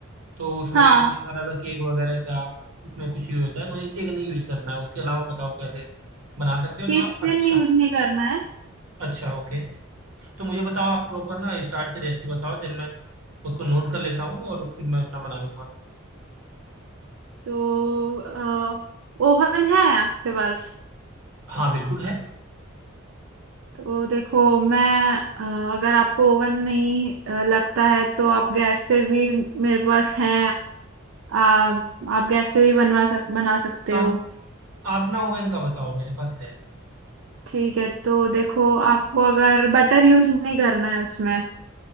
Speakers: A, on the right (about 85°); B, on the right (about 65°).
A: तो उसमें
B: हाँ
A: दिखा रहा था केक वगैरह का उसमें कुछ यूज होता है मुझे केक नहीं यूज करना है उसके अलावा बताओ कैसे बना सकते हो
B: केक
A: थोड़ा
B: टिन
A: अच्छा
B: यूज नहीं करना है
A: अच्छा ओके तो मुझे बताओ आप प्रॉपर ना स्टार्ट से रेसिपी बताओ दिन मैं उसको नोट कर लेता हूँ और फिर मैं अपना बना लूंगा
B: तो ओवन है आपके पास
A: हाँ बिल्कुल है
B: तो देखो मैं अ, अगर आपको ओवन नहीं अ, लगता है तो आप गैस पे भी मेरे पास है आप आप गैस पे भी बनवा सक बना सकते
A: आप
B: हो
A: आप ना ओवन का बताओ मेरे पास है
B: ठीक है तो देखो आपको अगर बटर यूज नहीं करना है उसमें